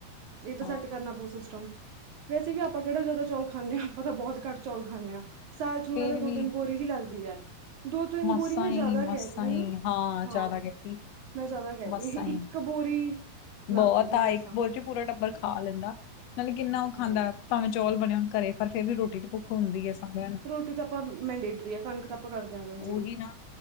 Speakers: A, on the right (about 55°); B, on the left (about 65°).
A: ਇਹ ਤਾਂ
B: ਹਾਂ
A: ਸੈੱਟ ਕਰਨਾ ਪਊ ਸਿਸਟਮ। ਵੈਸੇ ਵੀ ਆਪਾਂ ਕਿਹੜਾ ਜਿਆਦਾ ਚੌਲ ਖਾਂਦੇ ਹਾਂ ਆਪਾਂ ਤਾਂ ਬਹੁਤ ਘਟ ਚੌਲ ਖਾਂਦੇ ਹਾ ਸਾਲ਼ ਚ ਮੈਨੂੰ
B: ਫੇਰ
A: ਲੱਗਦਾ
B: ਵੀ
A: ਦੋ-ਤਿੰਨ। ਹਲੱਦੀ ਹੈ। ਦੋ-ਤਿੰਨ
B: ਮਸਾਂ
A: ਬੋਰੀ ਮੈਂ ਜ਼ਿਆਦਾ
B: ਹੀ ਮਸਾਂ
A: ਕਹਿਤੀ ਹ
B: ਹੀ
A: ਨਾ? ਹਾਂ।
B: ਜ਼ਿਆਦਾ ਕੀਤੀ
A: ਮੈਂ ਜ਼ਿਆਦਾ ਕਹਿਦੀ।
B: ਮਸਾਂ
A: ਇੱਕ
B: ਹੀ
A: ਬੋਰੀ ਲੱਗਦੀ
B: ਬਹੁਤ
A: ਹੁ
B: ਆ
A: ਮਸਾਂ
B: ਇੱਕ ਬੋਰੀ ਚ ਪੂਰਾ ਟੱਬਰ ਖਾ ਲੈਂਦਾ ਮਤਲਬ ਕਿੰਨਾ ਉਹ ਖਾਂਦਾ।
A: ਹਾਂ
B: ਭਾਵੇਂ ਚੌਲ ਬਣੇ ਹੋਣ ਘਰੇ ਪਰ ਫੇਰ ਵੀ ਰੋਟੀ ਤੇ ਭੁੱਖ ਹੁੰਦੀ ਹੈ। ਸਾਰਿਆਂ ਨੂੰ
A: ਰੋਟੀ ਤਾਂ ਆਪਾਂ ਮੈਂਡੇਟਰੀ ਆ, ਕਣਕ ਤਾਂ ਆਪਾਂ ਕਰਦੇ ਆਂ ਕਨਜ਼ਊਮ।
B: ਉਹੀ ਨਾ